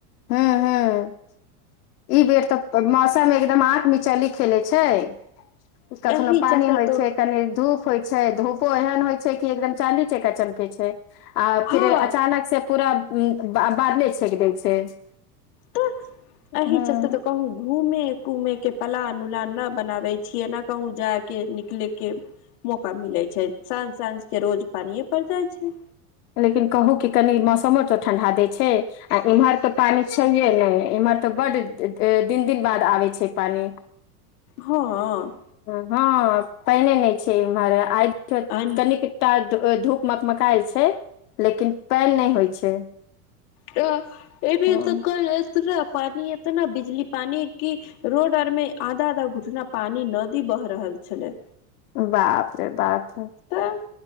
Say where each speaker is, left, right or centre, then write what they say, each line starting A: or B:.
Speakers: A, on the left; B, on the left.
A: हू -हू <unintelligible> ई बीर तप मौसमे। एकदम आँख मिचली खेले छै। <unintelligible> कखनो
B: एहि
A: पानी
B: चलते
A: होइ
B: तो
A: छै कनि धूप। होइ छै धूपो एहन होइ छै कि एकदम चाँदी चका चमके छै। आ
B: हँ
A: फिर अचानक से। पूरा बादले छेक दै छै। <unintelligible>
B: तऽ -अही
A: हँ
B: चलते तऽ कहू घूमने। घुमे के पलान उलान नहि बनाबे छियै न कहूँ जाय के निकले के मौका मिलै छै साँझ -साँझ के रोज पानिे परड़ जाइ छै।
A: लेकिन कहू कि कनि मौसमो तऽ ठण्ढा दै छै आ इम्हर तऽ पानि छैहे नहि एम्हर तऽ बड्ड दिन- दिन बाद आबै छै पानि।
B: हँ। <unintelligible>
A: हँ पहिने नहि छै इम्हर आइ।
B: आ
A: कनिकत। <unintelligible> धूप मक- मकाइ छै लेकिन पानि नहि होइ छै।
B: त। <unintelligible> ए भी
A: हँ
B: तऽ क। <unintelligible> पानी एतना बिजली पानी क रोड आर मे आधा- आधा घुटना पानी नदी बह रहल छले।
A: बाप रे बाप।
B: तऽ। <unintelligible>